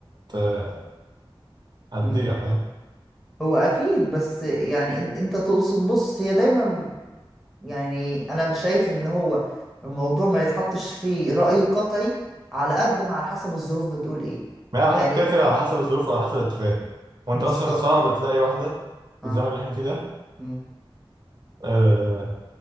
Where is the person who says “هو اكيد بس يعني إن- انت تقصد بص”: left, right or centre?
Centre